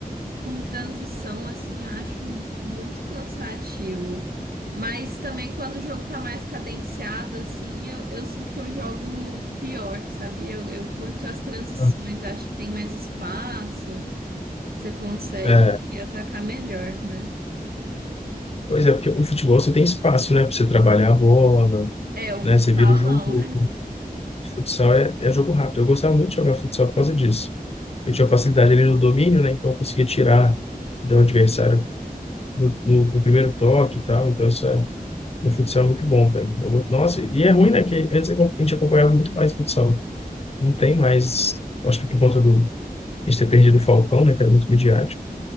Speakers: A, on the right (about 75°); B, on the left (about 40°).
A: com transição, assim, eu acho mu- muito cansativo. Mas também quando o jogo tá mais cadenciado, assim, eu, eu sinto que eu jogo pior, sabe? Eu, eu curto as transições,
B: Ah,
A: acho que tem mais espaço, você consegue
B: É,
A: atacar melhor, né?
B: pois é, porque o futebol você tem espaço, né? Pra você trabalhar a bola,
A: É, o futsal
B: né? Você vira o jogo.
A: não.
B: O Futsal é, é jogo rápido. Eu gostava muito de jogar futsal por causa disso. Eu tinha facilidade ali no domínio, né? Então eu conseguia tirar do adversário no, no- no primeiro toque e tal. Então isso é, no futsal é muito bom, velho. Eu go- Nossa, e é ruim, né? Que antes a gente acompanhava muito mais futsal. Não tem mais, acho que por conta do, a gente ter perdido o Falcão, né? Que era muito midiático.